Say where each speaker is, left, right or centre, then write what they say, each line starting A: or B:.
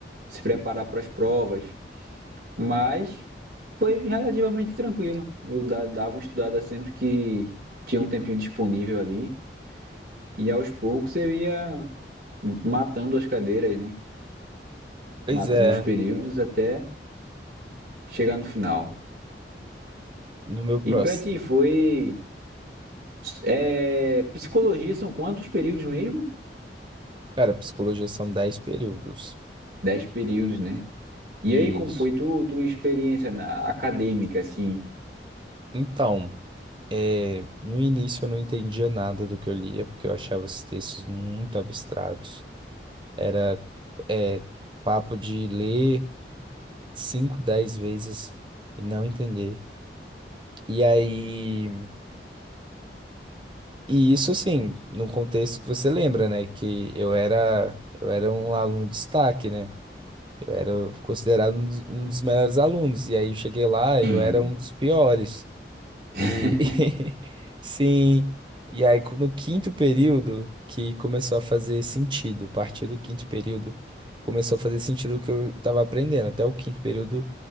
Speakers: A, on the right (about 55°); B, on the right (about 30°).
A: se preparar para as provas. Mas foi relativamente tranquilo. Eu da- dava uma estudada sempre que tinha um tempinho disponível ali, e aos poucos eu ia matando as cadeiras, né?
B: Pois
A: Matando
B: é,
A: os períodos até chegar no final.
B: no meu próximo.
A: E para ti foi é, psicologia são quantos períodos mesmo?
B: Cara, psicologia são 10 períodos.
A: Dez períodos, né? E
B: Isso.
A: aí, como foi tu, tua experiência na acadêmica, assim?
B: Então, é, no início eu não entendia nada do que eu lia, porque eu achava os textos muito abstratos. Era, é, papo de ler 5, 10 vezes e não entender. E aí, e isso assim, num contexto que você lembra, né? Que eu era, eu era um aluno de destaque, né? Eu era considerado um dos, um dos melhores alunos. E aí eu cheguei lá,
A: Sim.
B: eu era um dos piores.
A: <laughs>
B: E <laughs> sim, e aí co- no quinto período que começou a fazer sentido, a partir do quinto período começou a fazer sentido o que eu estava aprendendo. Até o quinto período,